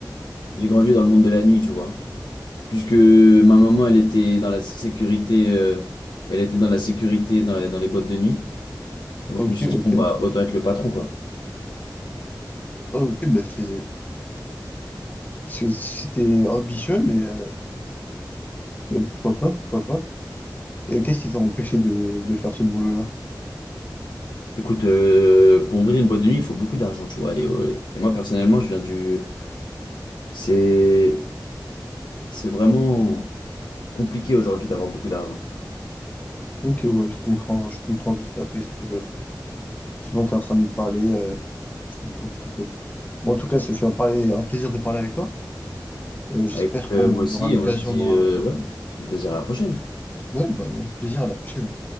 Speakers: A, on the left (about 80°); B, on the left (about 20°).
A: j'ai grandi dans le monde de la nuit, tu vois. Puisque ma maman, elle était dans la sécurité, euh, elle était dans la sécurité dans, la- dans les boîtes de nuit. Et moi,
B: Ok,
A: je me suis dit,
B: ok.
A: bon, bah, autant être le patron, quoi.
B: Ok, bah c'est, c'est- c'était ambitieux, mais euh, pourquoi pas, pourquoi pas. Et qu'est-ce qui t'a empêché de, de faire ce boulot-là?
A: Écoute, euh, pour ouvrir une boîte de nuit, il faut beaucoup d'argent, tu vois. Et, euh, et moi, personnellement, je viens du, c'est, c'est vraiment compliqué aujourd'hui d'avoir beaucoup d'argent.
B: Ok, ouais, je comprends, je comprends tout à fait ce que, ce dont tu es en train de me parler. euh, je comprends tout à fait. Bon, en tout cas, ça fait un, parler, un plaisir de parler avec toi. Euh, j'espère
A: Bah, écoute,
B: qu'on
A: euh, moi aussi,
B: aura l'occasion
A: on se dit,
B: de...
A: euh, ouais, on peut se dire à la prochaine.
B: Ouais, bah, avec plaisir à la prochaine.